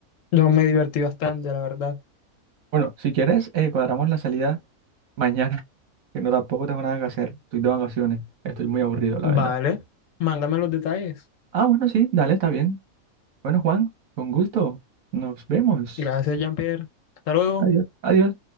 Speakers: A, on the left; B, on the right.
A: yo me divertí bastante, la verdad.
B: Bueno, si quieres, eh, cuadramos la salida mañana, <laughs> que no tampoco tengo nada que hacer. Estoy de vacaciones. Estoy muy aburrido, la
A: Vale,
B: verdad.
A: mándame los detalles.
B: Ah, bueno, sí, dale, está bien. Bueno, Juan, con gusto. Nos vemos.
A: Gracias, Jean-Pierre. Hasta luego.
B: Adiós. Adiós.